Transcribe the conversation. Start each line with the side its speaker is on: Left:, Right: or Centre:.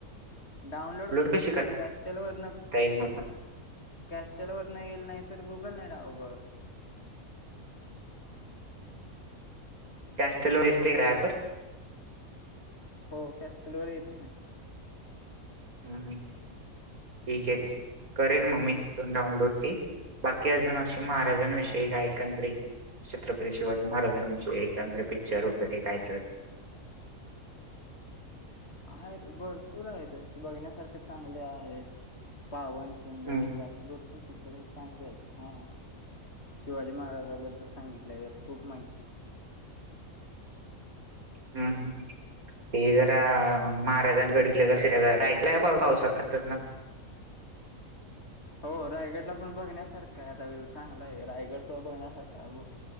Left: डाउनलोड
Right: कशी करता
Left: कॅस्टल वरन
Right: येईल मला
Left: कॅस्टेल वर न येईल नाही तर गुगल न ावू बर
Right: कॅस्टलो दिसते का ऑफ वर
Left: हो कॅस्टलवर येते ना
Right: हम् हम ठीक आहे ठीक करेल
Left: हम्म
Right: मममीी तिथून डाउनलोड बाकी अजून अशी महाराजांविषयी
Left: हा
Right: कायएकंदरी छत्रपती शिवाजी महाराजांविषयी एकांंद्र पिक्चर वगैरे काय तर
Left: आहेत भरपूर आहेत अस बघण्यासारखे चांगले आहेत पावनखिंड
Right: हम्म,
Left: हे असे भरपूर पिक्चर आहेत चांगले आहेत हा शिवाजी महाराजाबद्दल सांगितल्यायता खूप माहिती आहे
Right: हम्म हम्म ते जरा महाराजांकड आप पावसात न ना
Left: हो रायगडला पण बघण्यासारखा आहे आता व्हू चांगला आहे रायगड स बघण्यासारखा आहे ब